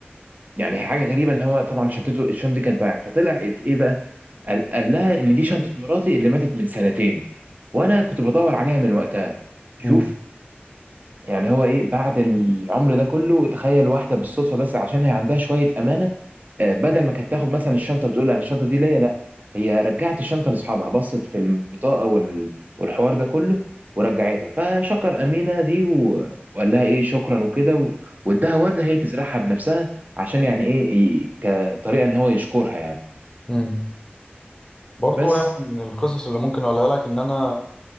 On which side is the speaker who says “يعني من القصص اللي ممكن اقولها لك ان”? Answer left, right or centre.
Left